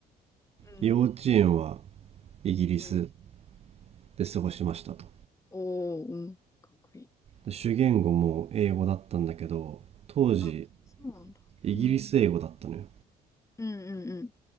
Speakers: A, on the left; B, on the right.
A: うん、
B: 幼稚園はイギリス
A: うん。
B: で過ごしましたと。
A: おー、うん。かっこいい。
B: で主言語も英語だったんだけど、当時、
A: あ、そうなんだ。
B: イギリス英語だったのよ。
A: うん。うん、うん、